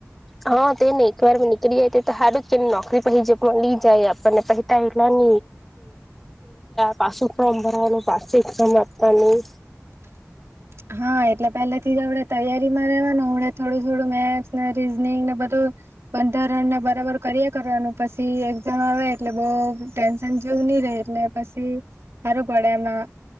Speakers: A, in the centre; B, on the right.
A: હા તે ને એક વાર નીળ જઈ તે તો સાારું કે નોકરી પ જે પણ લઈ જાય આપણને પહેતા એલા ન પાછું ફોમ ભરાયલ પાસેિક સમાપતાની
B: <unintelligible> હા એટલે પહેલાથી હણે તૈયારી માં રહેવા ને હમણે થોડું થોડું મેથસ ને રીઝનિંગ ને બધું પંદર રન બરાબર કરીએ કરવાનું પછી એક્ઝામ આવે એટલે બઉ ટેન્શન જોવું નહી એટલે પછી સારું પડે એમાં